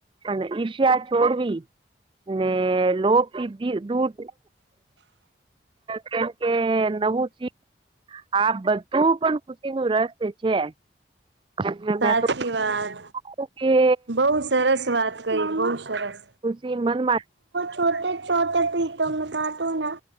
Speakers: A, on the right; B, on the right.
A: અને ઈશ્યા છોડવી ને લોક દૂર કેમકે નવું સિંહ આ બધું પણ ખુશી નું રસ છે. એટલે
B: સાચ
A: મેં તો
B: કી વાત
A: કઉ કે
B: બહ સરસ વાત ક બહુ સરસ.
A: ખુશી મનમાં
B: છોટે છોટે પીટોમાં કાતો ના.